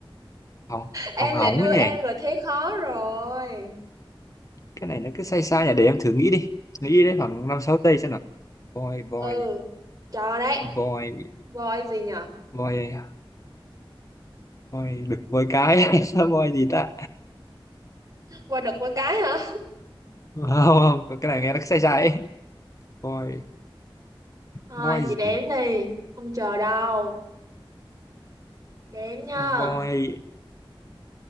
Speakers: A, on the left; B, on the right.
A: hỏng
B: Em
A: hỏng hỏng
B: lại đưa
A: ấy nhỉ
B: em vào thế khó rồi.
A: cái này nó cứ sai sai nhỉ để em thử nghĩ đi nghĩ đi đấy khoảng năm sáu giây xem voi voi
B: Ừ, cho đấy.
A: voi
B: Voi gì nhở?
A: voi voi đực voi cái <laughs> hay voi gì ta
B: Voi đực con cái hả?
A: không không có cái này nghe nó sai sai ấy. voi
B: Thôi
A: voi
B: chị đếm
A: gì
B: đi, không chờ đâu. Đếm nha.
A: voi